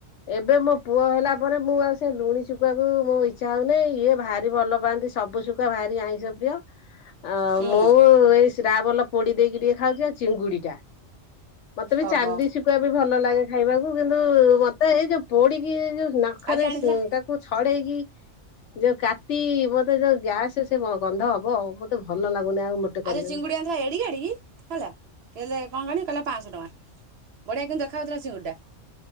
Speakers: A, on the left (about 70°); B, on the right (about 60°).
A: ଏବେ ମୋ ପୁଅ ହେଲା ପରେ ମୁଁ ଆଉ ସେ ଲୁଣି ଶୁଖୁଆକୁ ମୋ ଇଚ୍ଛା ହଉନି ଇଏ ଭାରି ଭଲ ପା ନ୍ତି ସବୁ ଶୁକଆ ଭାରି ଆଇଁଷ ପ୍ରିୟ। ଅ
B: ହୁଁ
A: ମୁଁ ଏଇ ଶ୍ରାବଲ ପୋଡି ଦେଇକି ଟିକେ ଖାଉଛି ଆଉ ଚିଙ୍ଗୁଡିଟା। ମତେ ବି
B: ଓହୋ
A: ଚାନ୍ଦି ଶୁଖୁଆ ବି ଭଲ ଲାଗେ ଖାଇବାକୁ କିନ୍ତୁ ମତେ ଏଇ ଯୋଉ ପୋଡିକି ଯୋଉ ନାଖରେ
B: ଆଜି ଆଣିଥିଲା
A: ଉଁ ତାକୁ ଛଡ଼େଇକି ଯୋଉ କାତି ମତେ ଯୋଉ ଗ୍ୟାସ ସେ ଗନ୍ଧ ହବ ମତେ ଭଲ ଲାଗୁନି ଆଉ। ମୋଟେ କରିବାକୁ।
B: ଆରେ ଚିଙ୍ଗୁଡି ଆଣିଥିଲା ଏଡିକି ଏଡିକି ହେଲା। କିଲେ କଣ କହନି କିହିଲା ପାଞ୍ଚଶହ ଟଙ୍କା ବଢିଆ କିନ୍ତୁ ଦେଖାଯାଉ ଥିଲା ଚିଙ୍ଗୁଡ଼ିଟା।